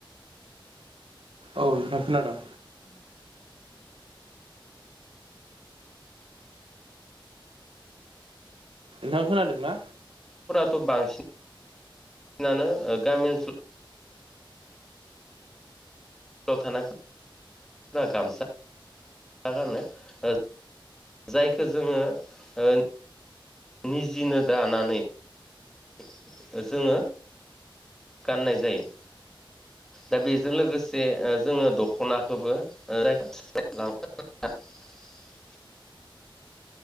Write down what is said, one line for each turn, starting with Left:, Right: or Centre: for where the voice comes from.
Right: औ नोंथां खोनादों। नोंथां खोनादोंना?
Centre: थ' बांसिन नानो गामि ओनसोल स्लाव थानायफोरा गामसा गानो ओ जायखौ जोङो ओ निजिनो दानानै <inaudible> जोङो गाननाय जायो दा बेजों लोगोसे जोङो दख'नाखौबो <unintelligible> <unintelligible>
Right: <inaudible>